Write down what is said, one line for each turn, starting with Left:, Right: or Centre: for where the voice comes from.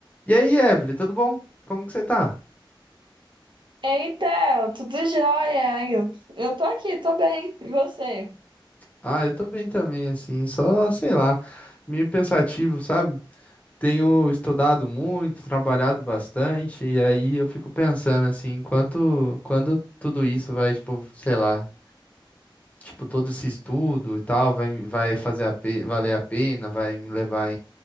Left: E aí, Evelyn, tudo bom? Como que você tá?
Right: Eita, tudo jóia? Eu, eu tô aqui, tô bem. E você?
Left: Ah, eu tô bem também, assim, só, sei lá, meio pensativo, sabe? Tenho estudado muito, trabalhado bastante, e aí eu fico pensando, assim, quanto, quando tudo isso vai, tipo, sei lá, tipo, todo esse estudo e tal, vai, vai fazer a pe- valer a pena, vai me levar